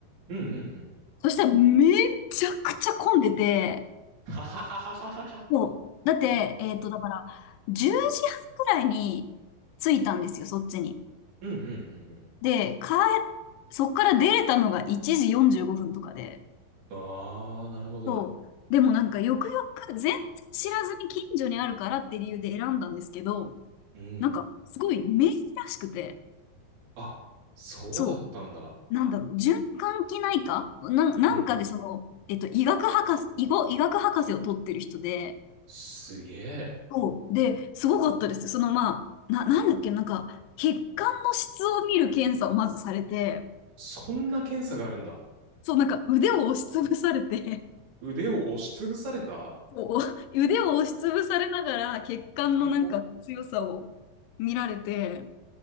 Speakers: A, on the right (about 80°); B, on the left (about 80°).
A: うんうんうん。
B: そしたらめちゃくちゃ混んでて、
A: <laughs> はははははは。
B: もう、だって、えっと、だから、10時半くらいに着いたんですよ、そっちに。
A: うんうんうん
B: で、帰、そっから出れたのが1時45分とかで、
A: うん。ああ、なるほど。
B: そう。でもなんか、よくよく全然知らずに近所にあるからって理由で選んだんですけど、
A: うん。
B: なんか、すごい名医らしくて、
A: あ、そうだったんだ。
B: そう。なんだろう、循環器内科なん、なんかでその、
A: うん。
B: えっと、医学博士、医語、医学博士を取ってる人で、
A: すげえ。
B: そう。で、すごかったです。その、まあ、な、なんだっけ、なんか、血管の質を見る検査をまずされて、
A: そんな検査があるんだ。
B: そう、なんか腕を押しつぶされて、
A: 腕を押しつぶされた
B: こう、腕を押しつぶされながら血管のなんか強さを見られて、
A: ちゃんこ